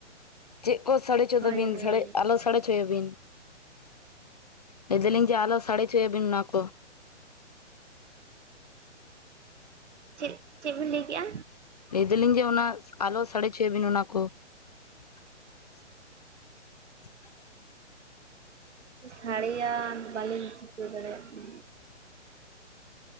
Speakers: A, on the left; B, on the right.
A: ᱪᱮᱫ ᱠᱚ ᱥᱟᱰᱮ ᱦᱟᱪᱚ
B: ᱦᱳᱭ
A: ᱫᱟᱵᱤᱱ
B: ᱦᱳᱭ
A: ᱟᱞᱚ ᱥᱟᱰᱮ ᱦᱚᱪᱚᱭᱟᱵᱤᱱ ᱞᱟᱹᱭ ᱫᱟᱞᱤᱧ ᱡᱮ ᱟᱞᱚ ᱥᱟᱲᱮ ᱦᱚᱪᱚᱭ ᱟᱵᱤᱱ ᱚᱱᱟ ᱠᱚ
B: ᱪᱮᱫ ᱪᱮᱫ ᱵᱤᱱ ᱞᱟᱹᱭ ᱠᱮᱫᱮᱜ-ᱟ
A: ᱞᱟᱹᱭ ᱫᱟᱞᱤᱧ ᱡᱮ ᱚᱱᱟ ᱟᱞᱚ ᱥᱟᱲᱮ ᱦᱚᱪᱚᱭ ᱟᱵᱤᱱ ᱚᱱᱟ ᱠᱚ <inaudible>
B: ᱥᱟᱲᱮᱭᱟ ᱵᱟᱹᱞᱤᱧ ᱪᱤᱠᱟᱹ ᱫᱟᱲᱮᱭᱟᱜ ᱠᱟᱱᱟ